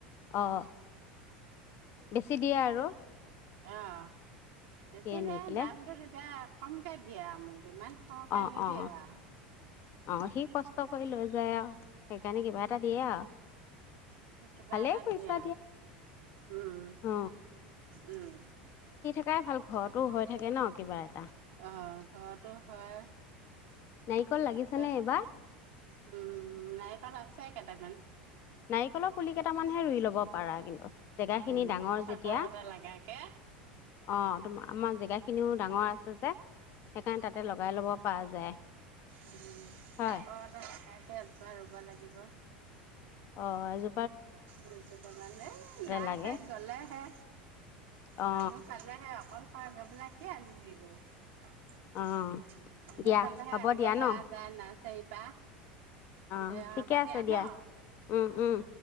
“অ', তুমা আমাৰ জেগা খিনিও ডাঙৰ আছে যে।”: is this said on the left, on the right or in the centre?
Left